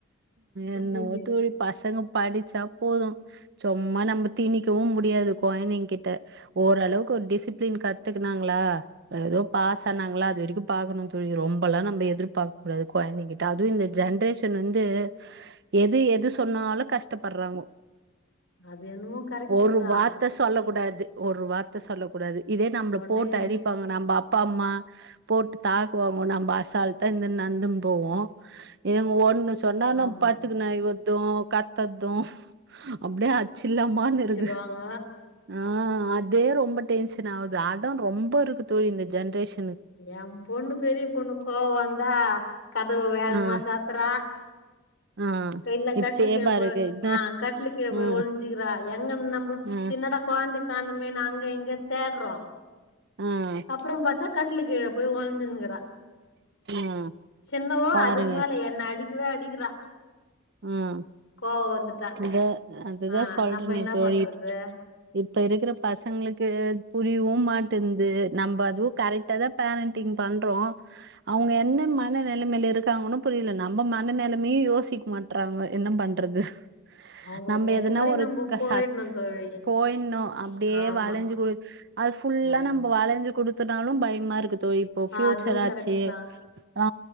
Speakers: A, on the right (about 55°); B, on the left (about 65°).
A: என்னவோ
B: சி பி எஸ்
A: தோழி பசங்க படிச்சா போது சும்மா நம்ம திணிக் கவு முடியாது கொழந்தைங் கிட்ட ஓரளவுக்கு ஒரு டிசிப்ளின் கத்துக்குனாங்களா ஏதோ பாஸ் ஆனாங்ளா அது வரைக்கு பாக்கணு தோழி ரொம்பல்லா நம்ம எதிர்பாக்க கூடாது கொழந்தைங்கிட்ட அதுவு இந்த ஜென்ரேஷன் வந்து எது எது சொன்னாலு கஷ்டப்பட்றாங்கோ
B: அது என்னமோ கரெக்ட்டு
A: ஒரு
B: தா
A: வார்த்த சொல்லகூடாது ஒரு வார்த்த சொல்லகூடாது இதே நம்ள
B: ஒன்னே
A: போட்டு அடி ப்பாங்க நம்ப அப்பா அம்மா போட்டு தாக்குவாங்கோ நம்ப அசால்ட்டா இந்தன் நட்ந்த்ன் போவோ இதுங்க ஒண்ணு சொன்னான்னா
B: ஆமா
A: பாத்துக்குனு அழுவற்து கத்தற்து அப்டே அச்சிர்லாமான் இருக்
B: டு வாங்க
A: ஆ அதே ரொம்ப டென்ஷன் ஆவுது அடம் ரொம்ப இருக்கு தோழி இந்த ஜென்ரேஷ்
B: எ பொண்ணு பெரிய பொண்ணு கோவ வந்தா கதவு வேகமா
A: ஆஹ்
B: சாத்தறா
A: ஆஹ்
B: சைட்ல கட்லு
A: இப்பயே
B: கீழ
A: பாருங்க
B: போ
A: என்ன
B: ஆ கட்லு கீழ போய்
A: உம்
B: ஒள்ஞ் சிக்கிறா எங்கன் நம்போ
A: உம்
B: என்னடா கொழந்த காணமேன் அங்க இங்க தேட்றோ
A: உம்
B: அப்புற பாத்தா கட்லு கீழ போயி ஒளிஞ்சின்னுக்குறா
A: உம்
B: சின்னவோ
A: பாருங்க
B: அதுக்கு மேல என்ன அடிக்கவே அடிக்கிறா
A: ம்
B: கோவோ வந்துட்டா
A: இத்த அதுதா
B: ஆ
A: சொல்றனே
B: நம்ப என்ன
A: தோழி
B: பண்றது
A: இப்ப இருக்குற பசங்ளுக்கு புரியவு மாட்டன்து நம்ப அதுவு கரெக்டா தா பேரண்டிங் பண்றோ அவுங்க என்ன மன நெலமையில இருக்காங்கனு புரியில நம்ப மன நெலமையு யோசிக் மாட் ட்றாங்க என்ன பண்றது
B: அவங்களுக்கு
A: நம்ப
B: ஏத்த
A: எதுனா
B: மாரி
A: ஒரு
B: நம்ப
A: க
B: போயிடணு
A: சாத்
B: தோழி
A: போயின்னு அப்டியே
B: ஆமா
A: வளஞ்சி குடுக் அது ஃபுல்லா
B: ஆ
A: நம்ப வளஞ்சி குடுத் துட்டாலு பயமா இருக்கு தோழி இப்போ பியூச்சர்
B: அதுவு
A: ஆச்சி
B: கரெக்ட் தா
A: ஆ